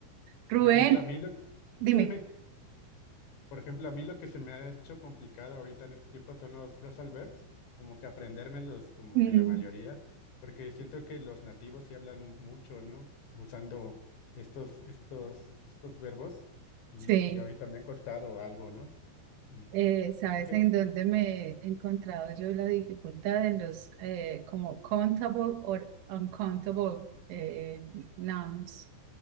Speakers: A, on the right; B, on the left.
A: Rubén,
B: por ejemplo, a mí lo,
A: dime.
B: sí, dime, por ejemplo, a mí lo que se me ha hecho complicado ahorita en este tiempo son los phrasal verbs, como que aprendérmelos, como
A: Mm,
B: que la mayoría, porque siento que los nativos sí hablan mucho, ¿no? Usando estos, estos, estos verbos y,
A: Sí,
B: y ahorita me han costado algo, ¿no? Mm,
A: eh, ¿sabes
B: Siento que...
A: en dónde me he encontrado yo la dificultad en los eh, como countable o uncountable eh, eh, nouns?